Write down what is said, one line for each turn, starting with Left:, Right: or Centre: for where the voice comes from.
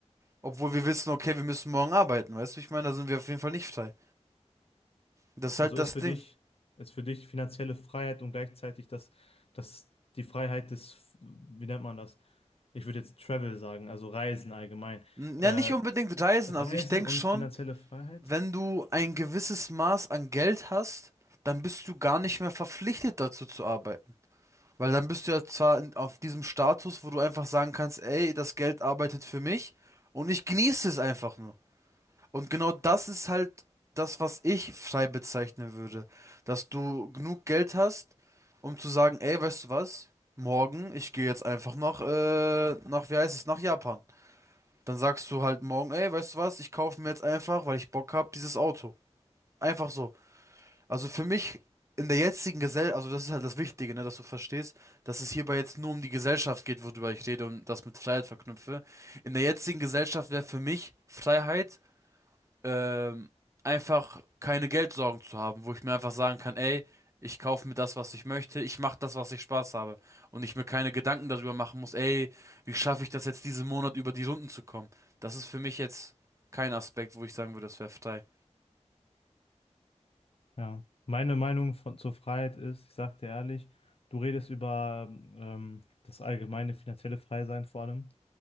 Right: Obwohl wir wissen, okay, wir müssen morgen arbeiten, weißt du? Ich meine, da sind wir auf jeden Fall nicht frei. Das ist
Left: Also
Right: halt
Left: ist
Right: das
Left: für
Right: Ding.
Left: dich, ist für dich finanzielle Freiheit und gleichzeitig das, das, die Freiheit des, wie nennt man das? Ich würde jetzt Travel sagen, also Reisen allgemein.
Right: N-
Left: Äh,
Right: Ja, nicht unbedingt reisen.
Left: Reisen
Right: Also ich denke
Left: und
Right: schon,
Left: finanzielle Freiheit?
Right: wenn du ein gewisses Maß an Geld hast, dann bist du gar nicht mehr verpflichtet dazu zu arbeiten. Weil dann bist du ja zwar in, auf diesem Status, wo du einfach sagen kannst, ey, das Geld arbeitet für mich und ich genieße es einfach nur. Und genau das ist halt das, was ich frei bezeichnen würde. Dass du genug Geld hast, um zu sagen, ey, weißt du was? Morgen, ich gehe jetzt einfach nach, äh, nach, wie heißt es, nach Japan. Dann sagst du halt morgen, ey, weißt du was? Ich kaufe mir jetzt einfach, weil ich Bock habe, dieses Auto. Einfach so. Also für mich in der jetzigen Gesellschaft, also das ist halt das Wichtige, ne, dass du verstehst, dass es hierbei jetzt nur um die Gesellschaft geht, worüber ich rede und das mit Freiheit verknüpfe. In der jetzigen Gesellschaft wäre für mich Freiheit ähm, einfach keine Geldsorgen zu haben, wo ich mir einfach sagen kann, ey, ich kaufe mir das, was ich möchte, ich mache das, was ich Spaß habe und ich mir keine Gedanken darüber machen muss, ey, wie schaffe ich das jetzt diesen Monat über die Runden zu kommen? Das ist für mich jetzt kein Aspekt, wo ich sagen würde, das wäre frei.
Left: Ja. Meine Meinung von, zur Freiheit ist, ich sag dir ehrlich, du redest über ähm, das allgemeine finanzielle Freisein vor allem.